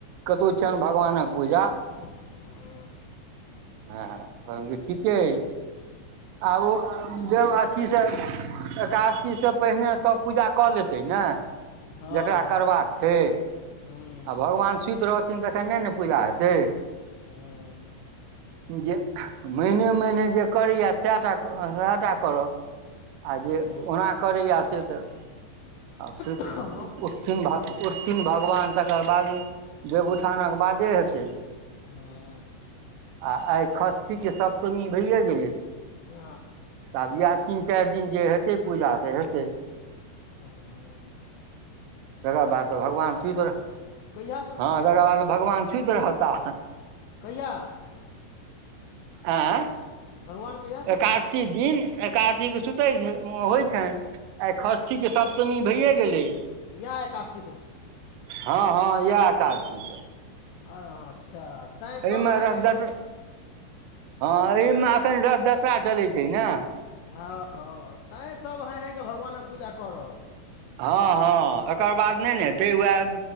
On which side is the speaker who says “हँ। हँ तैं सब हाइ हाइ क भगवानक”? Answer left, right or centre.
Left